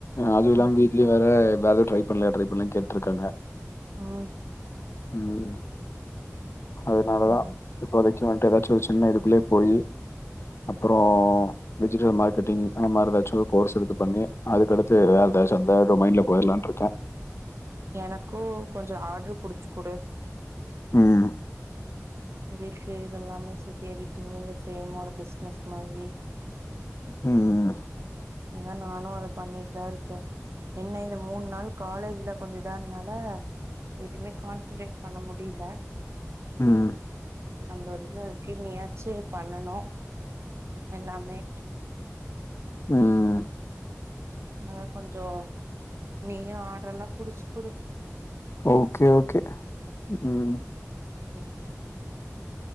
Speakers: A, on the left; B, on the right.
A: அதுவும் இல்லாம்
B: ம்
A: வீட்லயே வேற எதாது ட்ரை பண்ணலா ட்ரை பண்ணலா கேட்டுட்டு இருக்காங்க
B: உஹ்
A: உம் அதனாலதான்
B: ம்
A: இப்போதைக் மு ஏதாச்சும் ஒரு சின்ன இதுக்குள்ளே போய் அப்பறம் டிஜிட்டல் மார்க்கெட்டிங் அந்த மாரி ஏதாச்சும் கோர்ஸ் எடுத்து பண்ணி அதுக்கடுத்து வேற ஏதாச்சும் அந்த டொமைன்ல போயிடலாம் இருக்கேன்
B: எனக்கும் கொஞ்சம் ஆர்டரு புடிச்சு குடு
A: உம்
B: இதுக்கு இததெல்லாமே சேர்த்து எடிட்டிங் இந்த ஃரேம் ஒரு பிஸ்னஸ் மாதிரி
A: உஹ்
B: அதான் நானும் அத பண்ணிட்டுதான் இருக்கேன் என்ன இந்த மூணு நாள் காலேஜ்ல கொஞ்சம் இதா இருனால எதுவுமே கான்சன்ட்ரேட் பண்ண முடியல
A: ம்
B: அந்த ஒரு இதுல இருக்கு நீயாச்சும் பண்ணனும் எல்லாமே
A: ஆஹம்
B: அதா கொஞ்சம் நீயும் ஆர்டர் எலாம் புடிச்சு குடு
A: ஓகே ஓகே உம்
B: ம்